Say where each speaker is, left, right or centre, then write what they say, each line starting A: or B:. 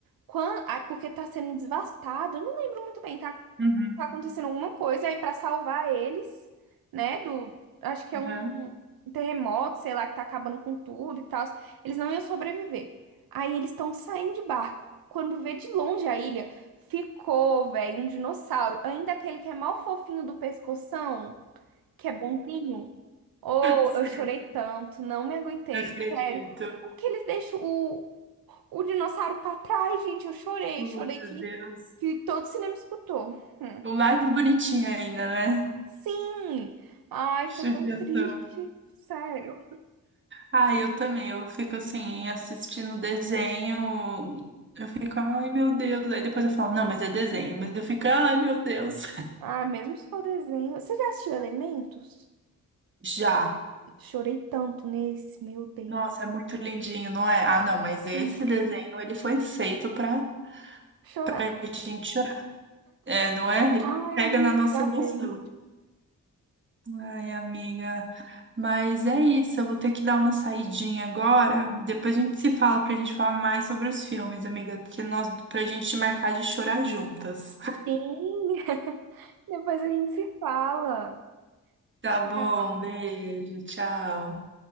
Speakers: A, on the right; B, on the right.
A: Quando... Ah, porque tá sendo devastado. Eu não lembro muito bem, tá?
B: Uhum,
A: tá acontecendo alguma coisa aí pra salvar eles, né, do acho que é um
B: né?
A: terremoto, sei lá, que tá acabando com tudo e tal. Eles não iam sobreviver. Aí eles estão saindo de barco. Quando vê de longe a ilha, ficou, velho, um dinossauro, ainda aquele que é mal fofinho do pescoção, que é bonzinho. Oh,
B: Sim,
A: eu chorei tanto, não me aguentei,
B: não acredito.
A: sério. Como que eles deixam o, o dinossauro pra trás, gente? Eu chorei,
B: Oh,
A: chorei
B: meu
A: que,
B: Deus.
A: que todo cinema escutou. Hum.
B: O mais bonitinho ainda, né?
A: Sim! Ai,
B: Judiação.
A: foi tão triste. Sério.
B: Ah, eu também. Eu fico assim, assistindo desenho. Eu fico, ai meu Deus. Aí depois eu falo, não, mas é desenho. Mas eu fico, ai meu Deus. <laughs>
A: Ah, mesmo se for desenho. Você já assistiu Elementos?
B: Já.
A: Chorei tanto nesse, meu Deus.
B: Nossa, é muito lindinho, não é? Ah, não, mas esse
A: Sim.
B: desenho, ele foi feito pra,
A: Chorar.
B: pra gente chorar. É, não é? Ele
A: Ai,
B: pega
A: eu me
B: na nossa
A: dá
B: emoção.
A: bem.
B: Ai, amiga. Mas é isso, eu vou ter que dar uma saidinha agora. Depois a gente se fala pra gente falar mais sobre os filmes, amiga. Porque nós, pra gente marcar de chorar juntas.
A: Sim! <laughs> Depois a gente se fala.
B: Tá
A: Tchau.
B: bom, beijo, tchau.